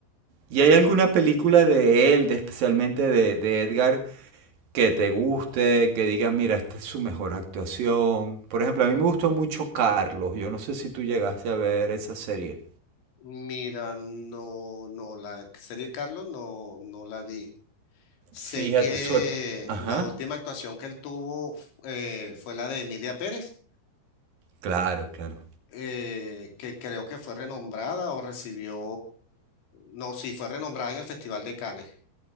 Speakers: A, on the right; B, on the left.
A: ¿Y hay alguna película de él, de, especialmente de, de Edgar, que te guste, que digas, mira, esta es su mejor actuación? Por ejemplo, a mí me gustó mucho Carlos. Yo no sé si tú llegaste a ver esa serie.
B: Mira, no, no, la serie Carlos no, no la vi. Sé
A: Fíjate,
B: que
A: su... Ajá.
B: la última actuación que él tuvo eh, fue la de Emilia Pérez,
A: Claro, claro.
B: eh, que creo que fue renombrada o recibió, no, sí, fue renombrada en el Festival de Cannes.